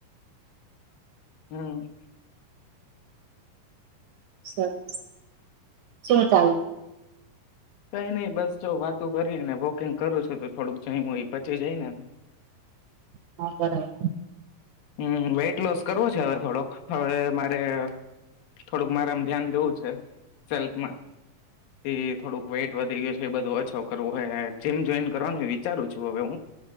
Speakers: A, on the left (about 75°); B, on the right (about 75°).
A: હમ
B: <unintelligible> શું ચાલે?
A: કઈ નઈ બસ જો વાતું કરીએ ને વોકિંગ કરું છું તો થોડુંક જઈમો એ પચી જાય ને
B: હા બરાબર
A: હમ વેઈટ લોસ કરવું છે હવે થોડોક હવે મારે થોડુંક મારામાં ધ્યાન દેવું છે સેલ્ફમાં ઈ થોડુંક વેઈટ વધી ગયું છે એ બધું ઓછો કરવું હોય જીમ જોઈન કરવાનું વિચારું છું હવે હું